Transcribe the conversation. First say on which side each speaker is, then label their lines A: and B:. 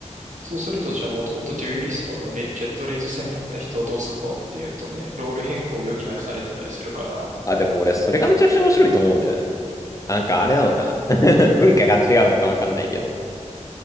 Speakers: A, on the right; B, on the left.
A: そうするとじゃあもともとデュエリストのレイジェットレイズ戦だった人はどうすんのっていうとね、ロール変更を余儀なくされてたりするから、
B: あ、あ、でも俺、それがめちゃくちゃ面白いと思うんだよね。あなんかあれなのかな <laughs> 文化が違うのかわかんないけど。